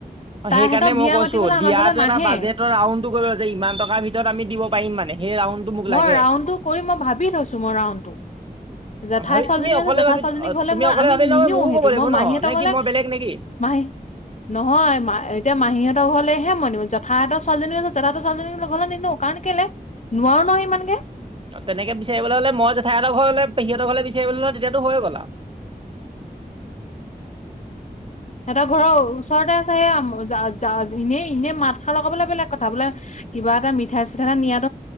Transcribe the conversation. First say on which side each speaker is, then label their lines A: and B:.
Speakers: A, on the right; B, on the left.
A: অ
B: তাইহঁতৰ
A: সেইকাৰণে
B: বিয়া
A: মই কৈছো।
B: মাতিবলৈ আমাৰ
A: দিয়াতটো
B: ঘৰলৈ নাহে
A: এটা বাজেটৰ ৰাউনটো কৰিব যে ইমান টকাৰ ভিতৰত আমি দিব পাৰিম মানে সেই। ৰাউণ্ডটো মোক
B: মই
A: লাগে
B: ৰাউণ্ডটো কৰি মই ভাবি থৈছোঁ মই ৰাউণ্ডটো। জেঠাই
A: ভাবি
B: ছোৱালীজনী
A: তুমি অকলে
B: আছে জেঠাই
A: ভাবি
B: ছোৱালী জনী
A: অ,
B: ঘলে
A: তুমি
B: মই
A: অকলে
B: আমি
A: ভাবিলে নহয়
B: নিনোও
A: মোকো
B: সেইটো
A: ক'ব লাগিব
B: মই
A: ন
B: মাহী হঁতৰ
A: নে
B: ঘলে।
A: কি মই বেলেগ নেকি
B: মাহী নহয় এতিয়া মাহীহঁতৰ ঘৰলেহে। মই জেঠাই হঁতৰ ছোৱালীজনী আছে জেঠাই ছোৱালীজনী ঘৰলে নিনো কাৰণ কেলে নোৱাৰো নহয় সিমানকে।
A: তেনেকে বিচাৰিবলৈ হলে মই জেঠাই হঁতৰ ঘৰলে পেহী হঁতৰ ঘৰলে বিচাৰিব হ'লে তেতিয়াতো হৈ গ'ল আও। <unintelligible>
B: সিহঁতৰ ঘৰৰ ওচৰতে আছে সেইয়া যা যা ভিনেই এনেই মাত খা লগাবলে বেলেগ কথা বোলে। কিবা এটা মিঠাই চিঠা এটা নিয়াত।